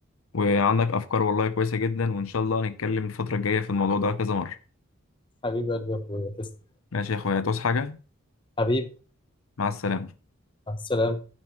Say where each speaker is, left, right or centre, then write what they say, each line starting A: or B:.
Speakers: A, on the left; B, on the left.
A: وعندك افكار والله كويسه جدا وان شاء الله هنتكلم الفتره الجايه في الموضوع ده كذا مره
B: حبيبي قلبي يا اخويا تسلم
A: ماشي يا اخويا هتعوز حاجه
B: حبيبي
A: مع السلامه
B: مع السلامة